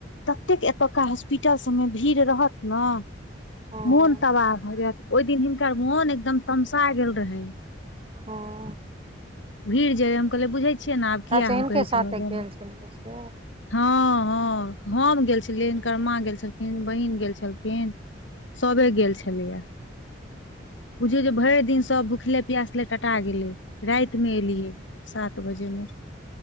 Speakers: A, on the left (about 85°); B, on the right (about 30°).
A: ततेक एतुका हॉस्पिटल सब मऽ भीड़ रहत नऽ
B: अपन
A: मोन तबाह भऽ जायत ओहि दिन हिनकर मोन एकदम तमसा गेल रहैन
B: हँ
A: भीड़ जे या हम कहल बुझै छियै ने आब किया
B: अच्छा हिनके
A: हम कहै
B: साथे
A: छलहुँ ज
B: गेल छलियै से
A: हँ हँ हम गेल छलिय हिनकर मां गेल छलखिन बहिन गेल छलखिन सबे गेल छलैया बुझियौ जे भरि दिन सब भुखले प्यासले टटा गेले राति मे एलियै सात बजे मे